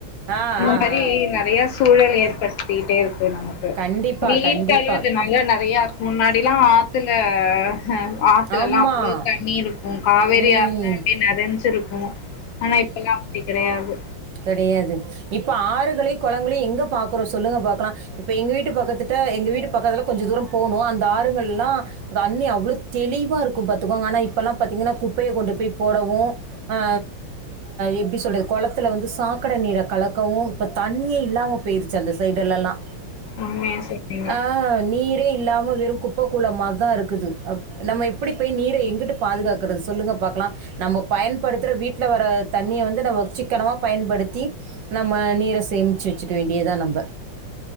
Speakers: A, on the right; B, on the left.
A: ஆ ஆ
B: அந்த
A: ஆ
B: மரிய் நெறைய சூழல் ஏற்படுத்திட்டே இருக்கு நமக் கு
A: கண்டிப்பாக
B: ஹீட்டாலுய்
A: கண்டிப்பாக
B: இப் இந்த மாரில நெறைய இருக் முன்னாடிலா ஆத்துல ஹ ஆத்துலலா
A: ஆமாம்
B: அவ்ளோ தண்ணி இருக்கும் காவேரி
A: ம்
B: ஆத்லா டிப் நெறைஞ்சிருக்கு ஆனா இப்பெல்லா அப்டி கெடையாது
A: கெடையாது இப்ப ஆறுகளையு குழங்களையு எங்க பாக்குறோ சொல்லுங்க பாக்லா இப்ப எங்க வீட்டு பக்கத்துட்ட எங்க வீட்டு பக்கத்துல கொஞ்ச தூர போணு அந்த ஆறுகள்லா தண்ணி அவ்ளோ தெளிவாருக்கு பாத்துக்கோங்க ஆனா இப்பலா பாத்திங்கன்னா குப்பய கொண்டுட் போய் போடவு அ எப்டி சொல்றது குளத்துல வந்து சாக்கட நீர கலக்கவு இப்ப தண்ணியே இல்லாம போயிருச்சு அந்த சைடுலலாம்
B: உண்மைய சொன்னீங்க
A: ஆ நீரே இல்லாம வெறு குப்ப குளமார்தா இருக்குது அப் நம்ம எப்டி போய் நீரை எங்கட்டு பாதுகாக்கறது சொல்லுங்க பாக்லா நம்போ பயன்படுத்துற வீட்ல வர தண்ணிய வந்து நம்ம சிக்கனமா பயன்படுத்தி நம்ம நீர சேம்சு வச்சுக்க வேண்டியதா நம்ப